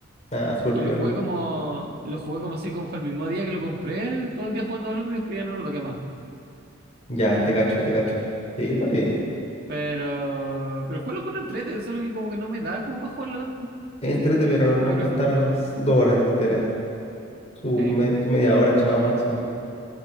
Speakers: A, on the left (about 35°); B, on the right (about 55°).
A: Ah, super
B: Y
A: piola.
B: lo jugué como, lo jugué como así, como fue el mismo día que lo compré, todo el día jugando Balatro y después ya no lo toqué más.
A: Ya, te cacho, te cacho. Sí, está bien.
B: Pero, pero el juego lo encuentro entrete, solo que como que no me da como para jugarlo tanto.
A: Entrete, pero
B: Como
A: no
B: que
A: es para
B: prefiero-
A: estar s- dos horas enteras. Su,
B: eh,
A: me- su media hora, chao, máximo.